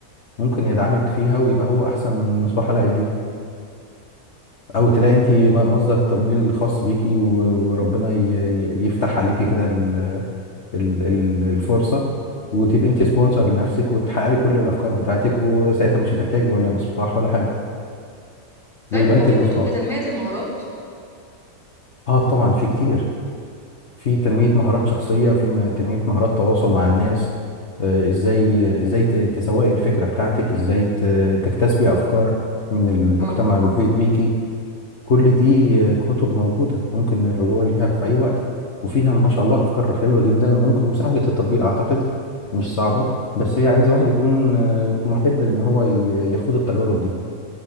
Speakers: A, on the left; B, in the centre.
A: ممكن يدعمك فيها ويبقى هو احسن من مصباح علاء الدين او تلاقي انت مصدر تمويل خاص بيكي و- وربنا ي- يفتح عليكي كده ال- ال- ال- الفرصة وتبقي انت سبونسر لنفسك وتحققي كل الافكار بتاعتك وساعتها مش هتحتاجي ولا مصباح ولا حاجة
B: طيب
A: ويبقى
B: هو
A: انت
B: في
A: المصباح
B: كتب لتنميه المهارات
A: اه طبعا في كتير في تنمية مهارات شخصية وفي م- تنمية مهارات تواصل مع الناس آه، ازاي ازاي ت- تسوقي الفكرة بتاعتك ازاي ت- تكتسبي افكار من المجتمع
B: اه
A: المحيط بيكي كل دي كتب موجودة ممكن الرجوع ليها في أي وقت وفيها ما شاء الله أفكار حلوة جدا ممكن وسهلة التطبيق أعتقد مش صعبة بس هي عايزة واحد يكون آه، محب لأن هو ي- يخوض التجارب دي